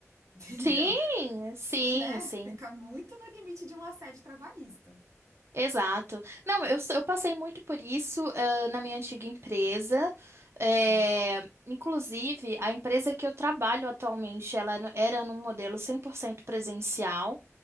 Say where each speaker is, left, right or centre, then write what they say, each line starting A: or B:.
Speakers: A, on the right; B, on the right.
A: <laughs> entendeu?
B: Sim, sim,
A: Né?
B: sim.
A: Fica muito no limite de um assédio trabalhista.
B: Exato. Não, eu, eu passei muito por isso, ah, na minha antiga empresa. É,
A: Uhum,
B: inclusive, a empresa que eu trabalho atualmente, ela no- era num modelo 100% presencial,